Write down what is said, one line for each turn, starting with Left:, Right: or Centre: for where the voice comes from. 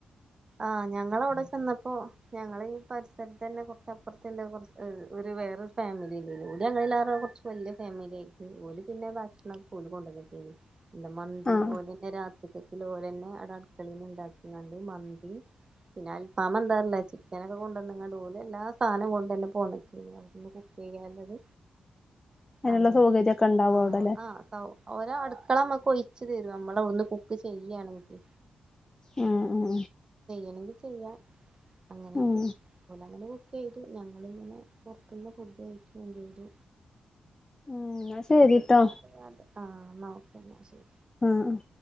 Right: ആഹ് ഞങ്ങളവടെ ചെന്നപ്പോ ഞങ്ങള് ഈ പരിസരത്തന്നെ കുറച്ചപ്പുറത്തെള്ള എ് ഒരു വേറൊരു ഫാമിലി ഇണ്ടേനു ഓല് ഞങ്ങളിലാറോ കുറച്ച് വല്ല്യ ഫാമിലി ആയിക്കും ഓല് പിന്നെ ഭക്ഷണം ക്കെ ഓല് കൊണ്ടനേ ന്ന് പിന്നെ മന്തി
Left: ആഹ്
Right: ഓലെന്നെ രാത്രി ത്തേക്ക്ള്ള ഓലെന്നെ അവടെ അടുക്കളേന്ന് ഇണ്ടാക്കിണ്ട് മന്
Left: <unintelligible>
Right: പിന്നെ അൽഫാമ എന്താറിയില്ല ചിക്കനൊക്കെ കൊണ്ടരണ് കണ്ട് ഓല് എല്ലാ സാനം കൊണ്ട്ന്നെ പോന്നക്കെ അവടന്ന് കുക്കിയ്യാ യാള്ളത്
Left: അതിനുള്ള
Right: അങ്ങ
Left: സൗകര്യൊക്കെ ഉണ്ടാവും
Right: ആഹ്
Left: അവിടെല്ലേ
Right: ആ സൗ ഓര അടുക്കള മ്മ്ക് കൊയിച്ചു തരും നമ്മളവടന്ന് കുക്ക് ചെയ്യാണങ്കി
Left: ഉം ഉം
Right: വേണങ്കി ചെയ്യ അങ്ങനെയൊക്കെ
Left: ഉം
Right: ഓലങ്ങനകു ക്കിയ്തു ഞങ്ങിങ്ങനെ പൊറത്തുന്ന് ഫുഡ് കഴിക്കും ചെയ്തു
Left: ഉം എന്നാ ശരിട്ടോ
Right: <unintelligible> ആഹ് ന്ന ഓക്ക ന്നാ ശരി
Left: ആഹ്